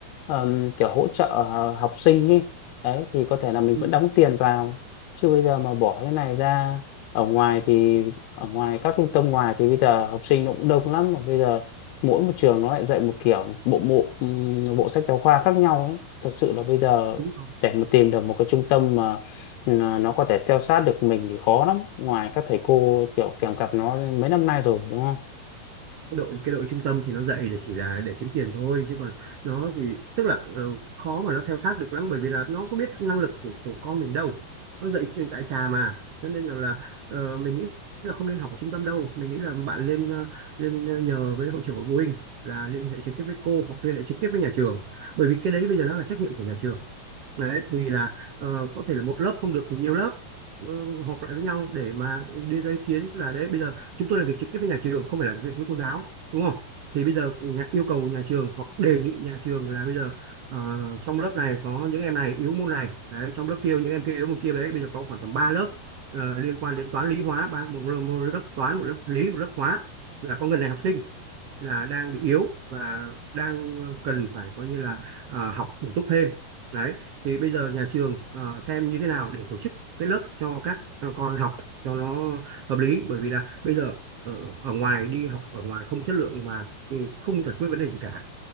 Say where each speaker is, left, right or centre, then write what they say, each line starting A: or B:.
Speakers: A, on the left (about 80°); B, on the right (about 65°).
A: ờm, kiểu hỗ trợ ờ, học sinh ấy đấy thì có thể là mình
B: Ừ,
A: vẫn đóng tiền vào chứ bây giờ mà bỏ cái này ra ở ngoài thì ở ngoài các trung tâm ngoài thì bây giờ học sinh nó cũng đông lắm mà bây giờ mỗi một trường nó lại dạy một kiểu bộ bộ ừm, bộ sách giáo khoa khác nhau ấy thật sự là bây giờ
B: đúng rồi
A: để mà tìm được một cái trung tâm mà ừ, nó có thể theo sát được mình thì khó lắm ngoài các thầy cô kiểu kèm cặp nó mấy năm nay rồi đúng không
B: đội cái đội trung tâm thì nó dạy để chỉ là để kiếm tiền thôi chứ còn nó thì tức là ờ, khó mà nó theo sát được lắm bởi vì là nó có biết năng lực của, của con mình đâu nó dạy trên- tại xà mà cho nên rằng là ờ, mình nghĩ là không nên học ở trung tâm đâu mình nghĩ là bạn lên ờ, lên ờ, nhờ với hội trưởng hội phụ huynh là liên hệ trực tiếp với cô hoặc liên hệ trực tiếp với nhà trường bởi vì cái đấy bây giờ nó là trách nhiệm của nhà trường đấy thì là ờ, có thể là một lớp không được thì nhiều lớp ờ, họp lại với nhau để mà đưa ra ý kiến là đấy bây giờ chúng tôi làm việc trực tiếp với nhà trường không phải làm việc với cô giáo đúng không thì bây giờ nhà, yêu cầu nhà trường hoặc đề nghị nhà trường là bây giờ ờ, trong lớp này có những em này yếu môn này đấy trong lớp kia những em kia yếu môn kia đấy bây giờ có khoảng tầm 3 lớp ờ, liên quan đến toán lý hóa ba một, một lớp toán một lớp lý một lớp hóa là có người này học sinh là đang bị yếu và đang ờ, cần phải coi như là à, học bổ túc thêm đấy thì bây giờ nhà trường à, xem như thế nào để tổ chức cái lớp cho các ờ, con học cho nó hợp lý bởi vì là bây giờ ở, ở ngoài đi học ở ngoài không chất lượng và ừ, không giải quyết vấn đề gì cả